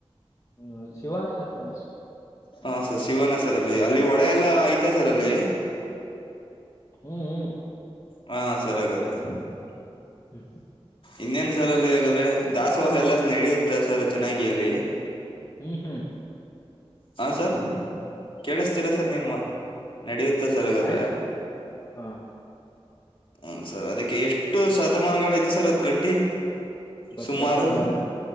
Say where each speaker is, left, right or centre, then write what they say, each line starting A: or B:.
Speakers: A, on the left; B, on the left.
A: ಹ್ಮ ಶಿವಾನೇಶ್ವರ್ <unintelligible> ಫೇಮಸ್
B: ಹಾ ಸರ್ ಶಿವನ <unintelligible> ಸರ್ ಅಲ್ಲಿ- ಅಲ್ಲಿ ಒಳ ಎಲ್ಲ ಐತೆ ಸರ್ ಅಲ್ಲಿ
A: ಹ್ಮ್ -ಹ್ಮ್
B: ಹಾ ಸರಿ ಆಗಾದ <unintelligible>
A: ಹ್ಮ್
B: ಇನ್ನೇನ್ ಸರ್ ಅಲ್ಲಿ ಆಗದ್ರೆ ದಾಸೋಹ <unintelligible> ಎಲ್ಲಾ ನಡೆಯುತ್ತೆ ಸರ್ ಚೆನ್ನಾಗಿ ಅಲ್ಲಿ
A: ಹ್ಮ್ ಹ್ಮ್
B: ಹಾ ಸರ್ ಕೇಳಿಸತಿಲ್ಲ ಸರ್ ನಿಮ್ಮ ವ ನಡೆಯುತ್ <unintelligible> ಆಗದ್ರೆ
A: ನಡಿ ಹಾ
B: ಹುನ್ ಸರ್ ಅದಕ್ಕೆ ಎಷ್ಟು ಶತಮಾನಗಳೈತೆ ಸರ್ ಅದ್ ಕಟ್ಟಿ
A: ಗೊತ್ತಿಲ್ಲ
B: ಸುಮಾರು
A: ಸರ್ ಅವೆಲ್ಲ